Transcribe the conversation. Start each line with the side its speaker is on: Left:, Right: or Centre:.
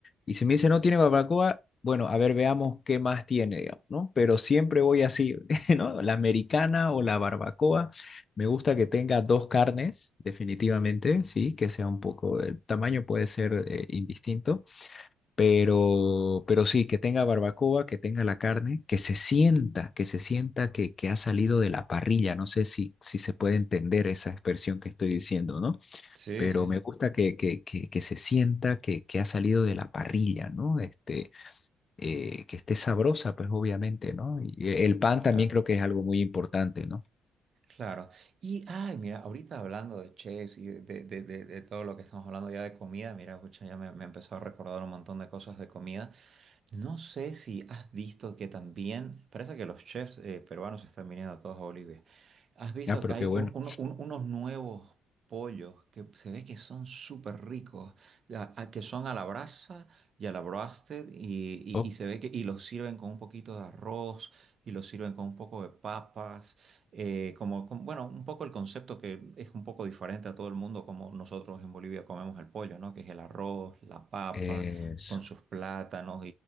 Left: Y si me dice no tiene barbacoa, bueno, a ver, veamos qué más tiene, digamos, ¿no? Pero siempre voy así, <laughs> ¿no? La americana o la barbacoa. Me gusta que tenga dos carnes, definitivamente, sí, que sea un poco, el tamaño puede ser eh, indistinto pero, pero sí, que tenga barbacoa, que tenga la carne, que se sienta, que se sienta que, que ha salido de la parrilla. No sé si, si se puede entender esa expresión que estoy diciendo, ¿no?
Right: Sí,
Left: Pero
Right: sí,
Left: me gusta que, que, que, que se sienta que, que ha salido de la parrilla, ¿no? Este, eh, que esté sabrosa, pues obviamente, ¿no? Y e, el pan
Right: claro,
Left: también creo que es algo muy importante, ¿no?
Right: claro. Y, ay, mira, ahorita hablando de chefs y de, de- de- de- de todo lo que estamos hablando ya de comida, mira, pucha, ya me, me empezó a recordar un montón de cosas de comida. No sé si has visto que también, parece que los chefs eh, peruanos están viniendo a todos a Bolivia. Has visto
Left: Ah, pero
Right: que hay
Left: qué bueno.
Right: un- un- un- unos nuevos pollos que se ve que son súper ricos, a- a- que son a la brasa y a la broasted y, y-
Left: Oh,
Right: y se ve que y los sirven con un poquito de arroz y los sirven con un poco de papas, eh, como, con- bueno, un poco el concepto que es un poco diferente a todo el mundo como nosotros en Bolivia comemos el pollo, ¿no? Que es el arroz, la papa
Left: es-
Right: con sus plátanos